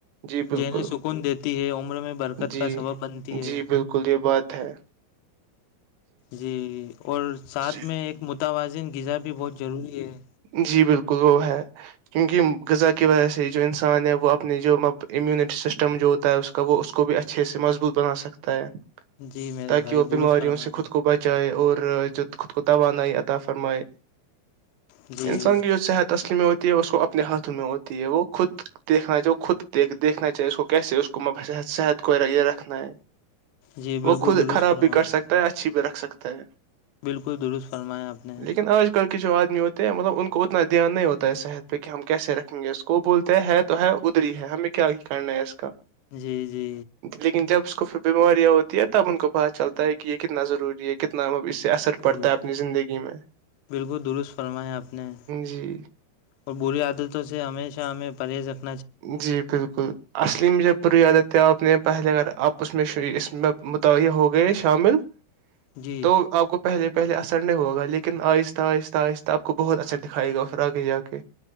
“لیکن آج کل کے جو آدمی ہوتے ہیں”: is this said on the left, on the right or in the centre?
Right